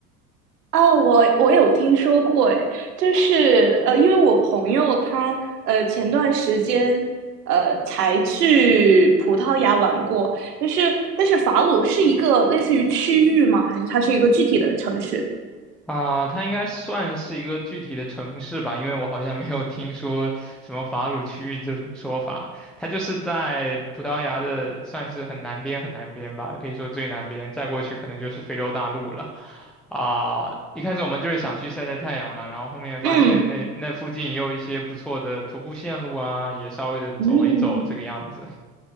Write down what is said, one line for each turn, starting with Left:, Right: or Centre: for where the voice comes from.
Right: 哦，我我有听说过，诶，就是呃，因为我朋友他呃前段时间呃才去葡萄牙玩过，但是但是法鲁是一个类似于区域吗？还是它是一个具体的城市？
Centre: 啊，它应该算是一个具体的城市吧，因为我好像没有听说什么法鲁区域这种说法。它就是在葡萄牙的，算是很南边很南边吧，可以说最南边，再过去可能就是非洲大陆了。啊，一开始我们就是想去晒晒太阳嘛，然后后面发现那那附近也有一些不错的徒步线路啊，
Right: 嗯
Centre: 也稍微的走一走这个样子。
Right: 嗯，